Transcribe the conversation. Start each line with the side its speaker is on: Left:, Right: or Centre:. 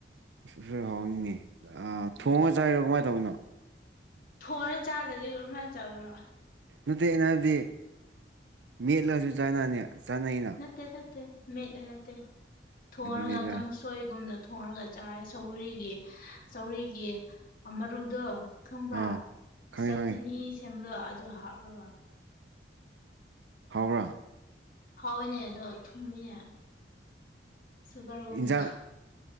Right: ꯎꯁꯣꯏ ꯍꯥꯎꯔꯅꯤꯅꯦ ꯊꯣꯡꯉꯒ
Left: ꯎꯝ
Right: ꯆꯥꯏꯔꯣ ꯀꯃꯥꯏꯅ ꯇꯧꯅꯣ
Left: ꯊꯣꯡꯉ ꯆꯥꯗꯔꯗꯤ ꯀꯔꯃꯥꯏ ꯆꯥꯒꯦꯔꯣ
Right: ꯅꯠꯇꯦ ꯑꯩꯅ ꯍꯥꯏꯕꯗꯤ ꯃꯦꯠꯂꯁꯨ ꯆꯥꯅꯅꯤ ꯆꯥꯅꯩꯅ
Left: ꯅꯠꯇꯦ ꯅꯠꯇꯦ ꯃꯦꯠ ꯂ ꯅꯠꯇꯦ ꯊꯣꯡꯔꯒ
Right: ꯑꯗꯨꯅꯤꯗ
Left: ꯀꯪꯁꯨ ꯎꯁꯣꯏꯒꯨꯝꯅ ꯊꯣꯡꯉꯔꯒ ꯆꯥꯏ ꯁꯧꯒꯔꯤꯒꯤ ꯁꯧꯒꯔꯤꯒꯤ ꯃꯔꯨꯗꯣ ꯈꯪꯕ꯭ꯔꯥ
Right: ꯑꯥ ꯈꯪꯉꯦ
Left: ꯆꯠꯇꯤꯅꯤ
Right: ꯈꯪꯉꯦ
Left: ꯁꯦꯝꯕꯗꯣ ꯑꯗꯨ ꯍꯥꯞꯂꯒ
Right: ꯍꯥꯎꯕꯔꯥ
Left: ꯍꯥꯎꯏꯅꯦ ꯑꯗꯣ ꯊꯨꯝꯃꯤꯅꯦ ꯁꯨꯒꯔꯒꯨꯝꯅ
Right: ꯏꯟꯖꯥꯡ